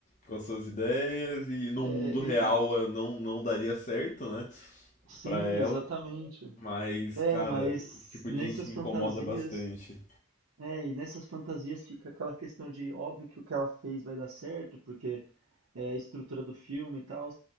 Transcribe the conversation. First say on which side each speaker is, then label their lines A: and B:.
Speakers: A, on the left; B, on the right.
A: com as suas ideias e no
B: é,
A: mundo real
B: e-
A: eh, não, não daria certo, né?
B: sim,
A: Pra ela.
B: exatamente.
A: Mas,
B: É,
A: cara,
B: mas
A: esse tipo
B: nessas
A: de gente me
B: fantasias.
A: incomoda bastante.
B: É, e nessas fantasias fica aquela questão de óbvio que o que ela fez vai dar certo, porque é a estrutura do filme e tal.